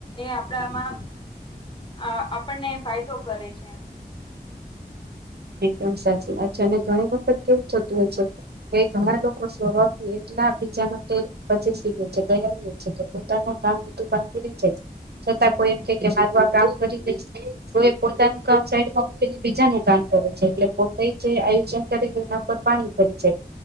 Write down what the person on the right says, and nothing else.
એકદમ સાચી વાત છે અને ઘણી વખત કેવું થતું હોય છે. કે ઘણા લોકો સ્વભાવથી એટલા બીજા માટે.. <inaudible> છે દયાનું છે કે પોતાનું કામ બધુ બાકી રઈ જય છે છતાં. કોઈ એમ કે કે મારું આ કામ કરી દઈશ, તો એ પોતાનું કામ સાઈડમાં મૂકીને બીજાનું કામ. કરે છે એટલે પોતે જે આયોજન કરે એના પર પાણી ફરી જાય.